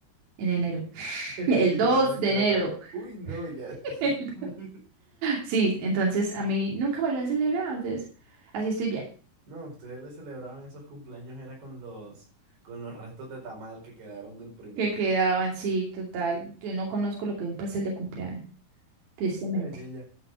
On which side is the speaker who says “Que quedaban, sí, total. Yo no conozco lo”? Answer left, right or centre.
Right